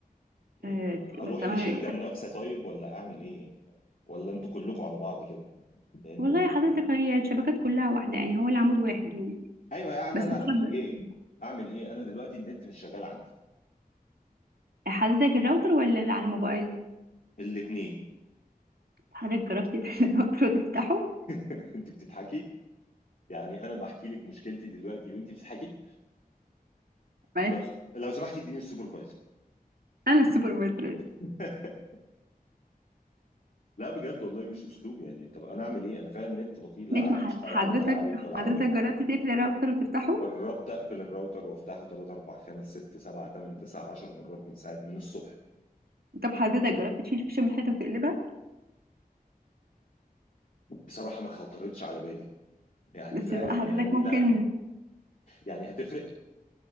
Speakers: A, on the left; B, on the right.
A: يعني
B: آه
A: اروح
B: بس طبعا
A: لشركه منافسه
B: طب
A: طيب ولا اعمل ايه يعني ولا انتوا كلكم على بعض كده
B: <laughs>
A: لان
B: والله
A: بقى
B: يا
A: يعني.
B: حضرتك هي الشبكات كلها واحده يعني هو العمود واحد يعني
A: ايوه يعني
B: بس
A: انا
B: اتفضل
A: اعمل ايه اعمل ايه انا دلوقتي النت مش شغال عندي
B: آه، حضرتك الراوتر ولا اللي على الموبايل
A: الاثنين
B: حضرتك جربت <laughs> تقفل الراوتر وتفتحه
A: <laughs> انت بتضحكي يعني انا بحكي لك مشكلتي دلوقتي وانت بتضحكي
B: معلش
A: لو لو سمحتي اديني السوبرفايزر
B: انا السوبرفايزر
A: <laughs> لا بجد والله مش اسلوب يعني طب انا اعمل ايه انا فعلا النت بطيء لا
B: ماشي
A: عارف
B: ما
A: اشتغل
B: ح- حضرتك
A: ولا عارف
B: حضرتك
A: ولا عارف ولا
B: جربت
A: عارف
B: تقفل الراوتر وتفتحه
A: قربت اقفل الراوتر وافتحه 3 4 5 6 7 8 9 10 مرات من ساعه من الصبح
B: طب حضرتك جربت تشيل فيشة من الحيطة وتقلبها
A: بصراحه ما خطرتش على بالي يعني
B: بس
A: فعلا
B: لا لا حضرتك
A: يعني
B: ممكن
A: لا يعني هتفرق